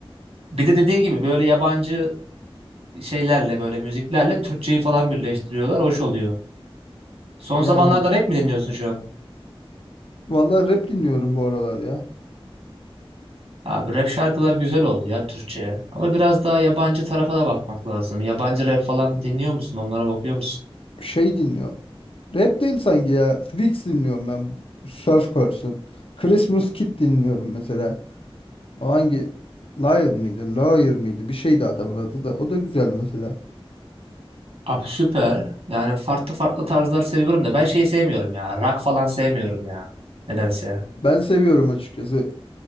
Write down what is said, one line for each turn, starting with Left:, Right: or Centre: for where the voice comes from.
Right: Bir de dediğin gibi böyle yabancı şeylerle böyle müziklerle Türkçeyi falan birleştiriyorlar. Hoş oluyor. Son
Left: yani
Right: zamanlarda rap mi dinliyorsun şu an?
Left: vallahi rap dinliyorum bu aralar ya.
Right: Abi rap şarkılar güzel oldu ya Türkçe'ye. Ama biraz daha yabancı tarafa da bakmak lazım. Yabancı rap falan dinliyor musun? Onlara bakıyor musun?
Left: Şey dinliyorum. Rap değil sanki ya. Freaks dinliyorum ben. Surf Curse'ın. Christmas Kid dinliyorum mesela. O hangi Liar mıydı? Lawyer mıydı? Bir şeydi adamın adı da. O da güzel mesela.
Right: Abi süper. Yani farklı farklı tarzlar seviyorum da ben şeyi sevmiyorum ya. Rock falan sevmiyorum ya. Nedense.
Left: Ben seviyorum açıkçası.